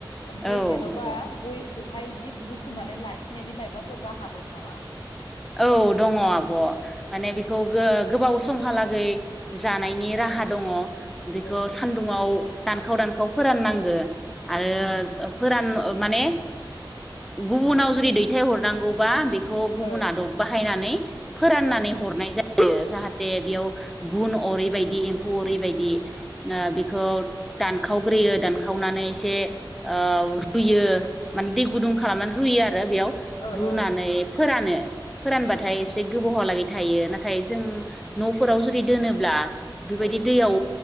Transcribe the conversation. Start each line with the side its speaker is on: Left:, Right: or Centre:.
Left: ओमफ्राय
Centre: औ
Left: जेनेबा
Centre: आब'
Left: गयखौ खौहाय बिदि बुथुमनानै लाखिनायनि मायाबाफोर राहा दं नामा
Centre: औ दङ आब' माने
Left: औ
Centre: बेखौ गो गोबाव समहालागै जानायनि राहा दङ' बेखौ
Left: औ
Centre: सानदुङाव दानखाव दानखाव फोराननांगो आरो
Left: उम
Centre: फोरान माने गुबुनाव जुदि दैथाय हरनांगौबा बेखो गुना
Left: ओ
Centre: <unintelligible> बाहायनानै फोराननानै
Left: ओ
Centre: हरनाय जायो जाहाथे बेयाव गुन अरै बदि एमफौ अरै बायदि ओ बिखौ दान खावग्रोयो दानखावनानै इसे ओ रुयो। माने दै
Left: उम
Centre: गुदुं खालामनानै रुयो आरो बेयाव
Left: ओ
Centre: रुनानै
Left: ओ
Centre: फोरानो फोरानबाथाय
Left: ओ
Centre: इसे गोबावहा लागै थायो ना थाय जों न'फोराव जुदि दोनोब्ला बिबादि
Left: ओ
Centre: दैयाव